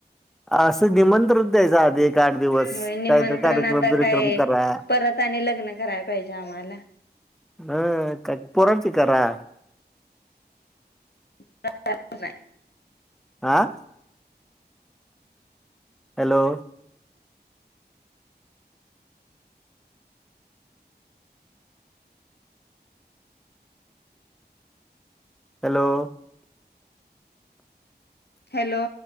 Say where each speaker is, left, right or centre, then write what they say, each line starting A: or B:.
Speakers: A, in the centre; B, on the left.
A: असं निमंत्रण द्यायचं आधी एक. आठ दिवस.
B: होय निमंत्रण
A: काहीतरी कार्यक्रम
B: आता
A: बिर्यक्रम
B: काय
A: करा.
B: परत आणि लग्न करायला पाहिजे आम्हाला.
A: हां पोरांची करा.
B: <unintelligible>
A: आं हॅलो! हॅलो!
B: हॅलो!